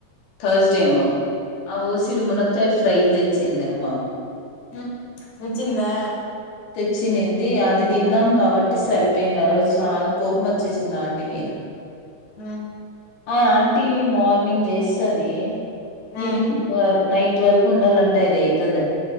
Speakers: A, on the left; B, on the left.
A: థర్స్ డే ఏమో ఆ ఓసిడి మనక్కాయ్ ఫ్రై తెచ్చింద అమ్మా.
B: మ్మ్ ఒచ్చిందా.
A: తెచ్చినింది అది తిన్నాం గాబట్టి సరిపేయింది ఆ రోజు చాల కోప్మోచ్చేసింది ఆంటి మీద.
B: ఆ
A: ఆ ఆంటీ మార్నింగ్ జేస్తది
B: ఆ
A: ఈవినింగ్ వాల్ నైట్ వరకు ఉండాలంటె అది అయితద.